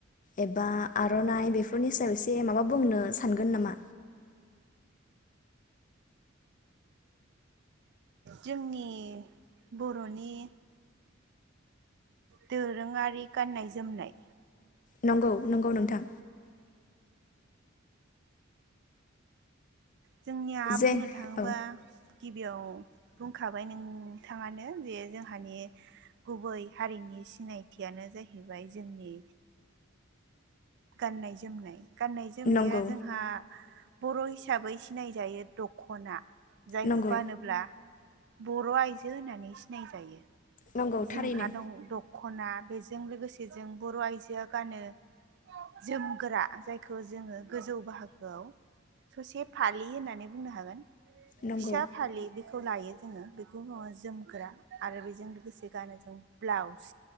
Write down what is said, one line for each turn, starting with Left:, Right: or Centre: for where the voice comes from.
Left: एबा आरनाइ बेफोरनि सायाव एसे माबा बुंनो सानगोन नामा
Right: जोंनि बर'नि दोरोङारि गाननाय जोमनाय
Left: नंगौ नंगौ नोंथां
Right: जोंनिया
Left: जे
Right: बुंनो थाङोबा
Left: औ
Right: गिबियाव बुंखाबाय नोंथाङानो जे जोंहानि गुबै हारिनि सिनायथियानो जाहैबाय जोंनि गाननाय जोमनाय गाननाय जोमनाया
Left: नंगौ
Right: जोंहा बर हिसाबै सिनायजायो दखना जायखौ
Left: नंगौ
Right: गानोब्ला बर आइजो होननानै सिनायजायो
Left: नंगौ थारैनो
Right: जोंहा दं द'खना बेजों लोगोसे जों बर' आइजोआ गानो जोमग्रा जायखौ जोङो गोजौ बाहागोआव ससे फालि होननानै बुंनो हागोन
Left: नंगौ
Right: फिसा फालि बेखौ लायो जोङो बेखौ ओ जोमग्रा आरो बेजों लोगोसे गानो जों ब्लाउस।